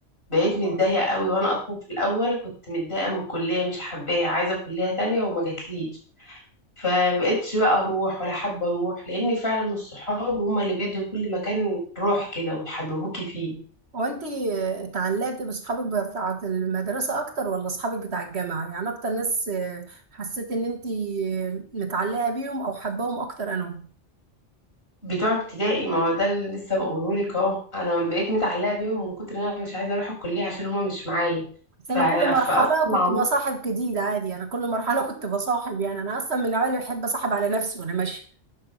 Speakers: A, on the left; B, on the right.
A: بقيت متضايقة
B: اه
A: قوي وانا اصلا في الاول كنت متضايقة من الكلية مش حباها عايزة كلية تانية وما جاتليش فمبقتش بقى اروح ولا حابة اروح لان فعلا الصحاب هما اللي بيدوا لكل مكان روح كده ويحببوكي فيه
B: هو انت اتعلقت باصحابك بتاعه المدرسه اكتر ولا اصحابك بتاع الجامعه يعني اكتر ناس آه، حسيت ان انت آه، متعلقه بيهم او حباهم اكتر انا
A: بتوع ابتدائي ما هو ده اللي لسه بقولهولك اهو انا بقيت متعلقة بيهم من كتر ان انا مش عايزة اروح الكلية عشان هما مش معايا
B: بس
A: ف...
B: انا
A: فاصلا
B: كل مرحله كنت
A: عملت
B: بصاحب جديد عادي انا كل مرحله كنت بصاحب يعني انا اصلا من النوعيه اللي بحب اصاحب على نفسي وانا ماشيه